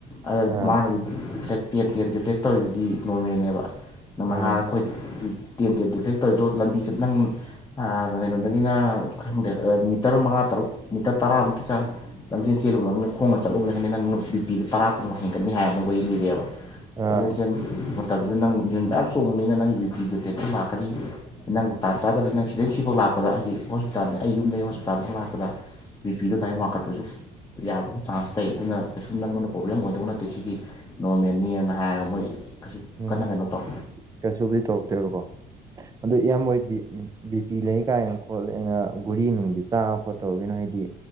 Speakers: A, on the left (about 20°); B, on the right (about 20°).
A: ꯑ
B: ꯑꯥ
A: ꯃꯥꯅ ꯐ꯭ꯂꯦꯛ ꯇꯦꯟ ꯇꯦꯟ ꯔꯤꯐ꯭ꯂꯦꯛ ꯇꯧꯔꯤꯗꯨꯗꯤ ꯅꯣꯔꯃꯦꯅꯦꯕ ꯅꯪꯅ
B: ꯎꯝ
A: ꯍꯥꯟꯔ ꯑꯩꯈꯣꯏ ꯇꯦꯟ ꯇꯦꯟ ꯗꯦ ꯐ꯭ꯂꯦꯛ ꯇꯧꯔꯤꯗꯣ ꯂꯝꯕꯤꯁꯦ ꯅꯪ ꯀꯩꯅꯣꯗꯒꯤꯅ ꯈꯔ ꯈꯪꯗꯦ ꯃꯤꯇꯔ ꯃꯉꯥ ꯇꯔꯨꯛ ꯃꯤꯇꯔ ꯇꯔꯥꯃꯨꯛꯀꯤ ꯆꯪꯉꯦ ꯂꯝꯖꯦꯜ ꯆꯦꯜꯂꯨꯕ ꯈꯪꯅꯤ ꯈꯣꯡꯅ ꯆꯠꯂꯨꯕ ꯈꯪꯅꯤ ꯅꯪ ꯅꯨ ꯕꯤꯄꯤꯗ ꯇꯔꯥ ꯀꯨꯟꯃꯛ ꯍꯦꯟꯒꯠꯅꯤ ꯍꯥꯏꯕ ꯔꯤꯕ
B: ꯑꯥ
A: ꯂꯝꯖꯦꯟꯦꯜ ꯃꯇꯝꯗꯨꯗ ꯅꯪ ꯃꯤꯨꯟ ꯌꯥꯝ ꯆꯣꯡꯕꯅꯤꯅ ꯅꯪ ꯕꯤꯗꯤꯑꯣ ꯄ꯭ꯂꯦꯠꯁꯨ ꯂꯥꯛꯒꯅꯤ ꯅꯪ ꯇꯥꯟ ꯆꯥꯗꯔꯤ ꯅꯪ ꯁꯤꯗꯩ ꯁꯤꯐꯥꯎ ꯂꯥꯛꯄꯗ ꯍꯥꯏꯗꯤ ꯍꯣꯁꯄꯤꯇꯥꯜꯗ ꯑꯩ ꯌꯨꯝꯗꯒꯤꯩ ꯍꯣꯁꯄꯤꯇꯥꯜꯐꯥꯎ ꯂꯥꯛꯄꯗ ꯕꯤꯄꯤꯗꯗꯥꯥꯏꯝ ꯋꯥꯡꯈꯠꯄꯁꯨ ꯌꯥꯕꯒꯤ ꯆꯥꯟꯁ ꯂꯩ ꯑꯗꯨꯅ ꯀꯩꯁꯨꯨꯝ ꯅꯪꯉꯣꯟꯗ ꯄ꯭ꯔꯣꯕ꯭ꯂꯦꯝ ꯑꯣꯏꯗꯧ ꯅꯠꯇꯦ ꯁꯤꯗꯤ ꯅꯣꯔꯃꯦꯜꯅꯤꯅ ꯍꯥꯏꯔꯒ ꯃꯣꯏ ꯀꯩꯁꯨ
B: ꯎꯝ
A: ꯀꯟꯅ ꯀꯩꯅꯣ ꯇꯧ
B: ꯀꯩꯁꯨꯕꯨꯗꯤ ꯇꯧꯔꯛꯇꯦꯕꯀꯣ ꯑꯗꯨ ꯏꯌꯥꯝꯕꯣꯏꯕꯤ ꯕꯤ ꯄꯤ ꯂꯩ ꯀꯥꯏꯅꯣ ꯍꯣꯠꯂ ꯑꯩꯅ ꯒꯨꯔꯤ ꯅꯨꯡꯗꯤ ꯆꯥꯕ ꯈꯣꯠ ꯇꯧꯔꯤꯒꯤꯅꯣ ꯍꯥꯏꯗꯤ